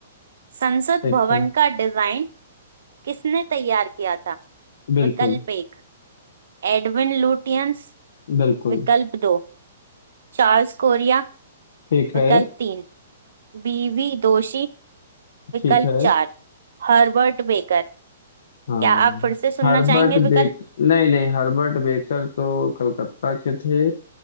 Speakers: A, on the right (about 75°); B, on the left (about 70°).
A: संसद
B: देखते
A: भवन
B: हैं
A: का डिजाइन किसने तैयार किया था
B: बिल्कुल
A: विकल्प एक एडविन लुटियंस
B: बिल्कुल
A: विकल्प दो चार्ल्स कोरिया
B: ठीक
A: विकल्प
B: है
A: तीन बीवी दोषी विकल्प
B: ठीक है
A: चार हर्बर्ट बेकर क्या
B: हाँ
A: आप फिर से सुनना
B: हर्बर्ट
A: चाहेंगे
B: बेक
A: विकल्प
B: नहीं नहीं हर्बर्ट बेकर तो कलकत्ता के थे